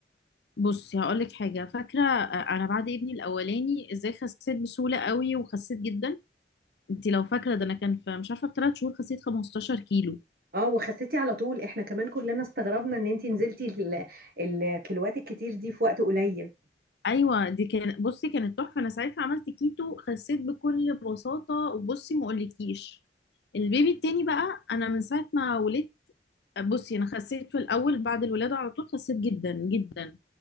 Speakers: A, on the left; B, on the right.
A: بصي هقول لك حاجه فاكره آه، انا بعد ابني الاولاني ازاي خسيت بسهوله قوي وخسيت جدا انت لو فاكره ده انا كان في مش عارفه في ثلاث شهور خسيت 15 كيلو
B: اه وخسيتي على طول احنا كمان كلنا استغربنا ان انت نزلتي ال- الكيلوات الكتير دي في وقت قليل
A: ايوه دي كان بصي كانت تحفه انا ساعتها عملت كيتو خسيت بكل بساطه وبصي ما اقولكيش البيبي التاني بقى انا من ساعه ما ولدت بصي انا خسيت في الاول بعد الولاده على طول خسيت جدا جدا